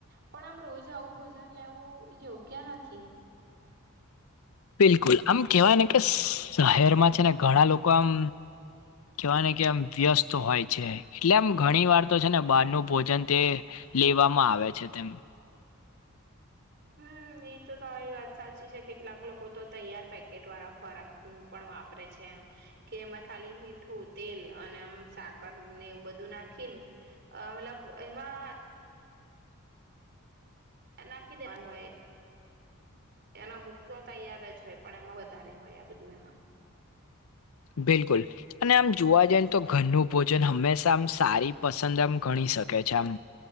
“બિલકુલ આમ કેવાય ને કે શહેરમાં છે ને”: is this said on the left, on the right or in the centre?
Left